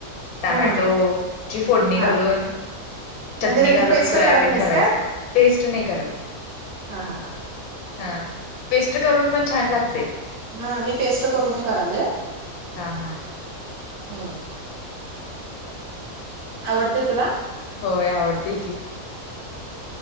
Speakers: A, on the left; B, on the right.
A: टॅमॅटोची
B: हम्म
A: फोडणी
B: हा
A: घालून. चटणी
B: म्हणजे त्याची
A: घालून
B: पेस्ट
A: सोयाबीन
B: करत नाहीस
A: घालायचं
B: काय
A: पेस्ट नाही करत.
B: हा हा हा
A: हा पेस्ट करून पण छान लागतंय.
B: हा मी पेस्ट करून करायलोय.
A: हा हा,
B: ह, आवडते तुला.
A: होय आवडतेय की.